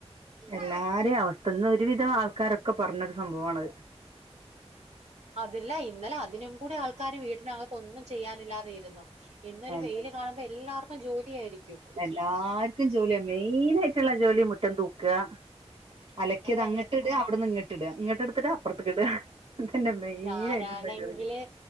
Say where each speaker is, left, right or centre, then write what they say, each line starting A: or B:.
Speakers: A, on the right (about 65°); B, on the right (about 85°).
A: എല്ലാരേ അവസ്ഥ ഇന്ന് ഒരുവിധം ആൾക്കാരൊക്കെ പറഞ്ഞ സംഭവാണത്
B: അതല്ല ഇന്നലെ അതിനും കൂടി ആൾക്കാര് വീട്ടിന് അകത്ത് ഒന്നും ചെയ്യാനില്ലാതെ ഇരുന്നു. ഇന്നൊരു
A: അതെ
B: വെയില് കാണുമ്പോ എല്ലാർക്കും ജോലി ആയിരിക്കും.
A: എല്ലാർക്കും ജോലിയ മെയിൻ ആയിട്ടുള്ള ജോലി മുറ്റം തൂക്കുക അലക്കിയത്
B: അതെ
A: അങ്ങട്ട്
B: അതെ
A: ഇടുക അവിടുന്ന് ഇങ്ങട്ട് ഇടുക ഇങ്ങോട്ട എടുത്തിടുക അപ്പറത്തക്ക് ഇടുതിടുക. ഇതന്നെ മെയിൻ
B: ഞാനാണെങ്കില്
A: ആയിട്ടുള്ള ജോലി